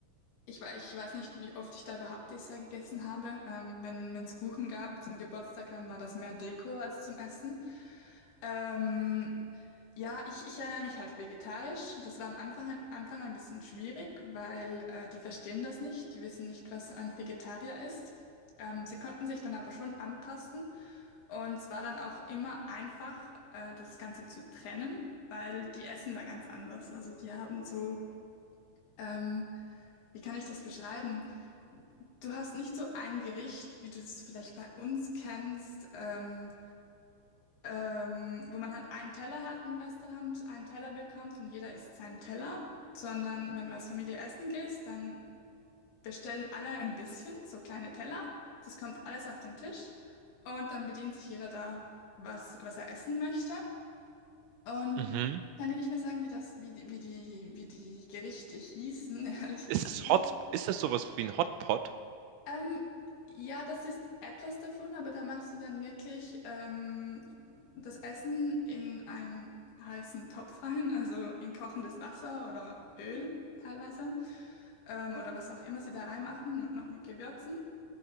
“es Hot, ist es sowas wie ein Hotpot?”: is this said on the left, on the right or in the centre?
Right